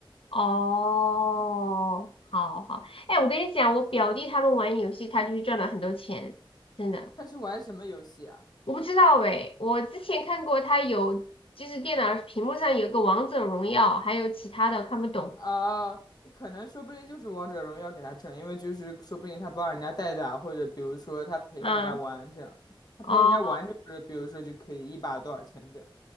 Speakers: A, on the left (about 80°); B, on the left (about 45°).
A: 哦，好好，哎，我跟你讲，我表弟他们玩游戏，他就是赚了很多钱，真的。
B: <laughs> 他是玩什么游戏啊？
A: 我不知道诶，我之前看过他有，就是电脑屏幕上有个王者荣耀，还有其他的看不懂。
B: 啊，可能说不定就是王者荣耀给他挣，因为就是说不定他帮人家代打，或者比如说他陪人家玩这样，
A: 嗯，
B: 他陪人家玩就是比如说就可以一把多少钱这样。
A: 哦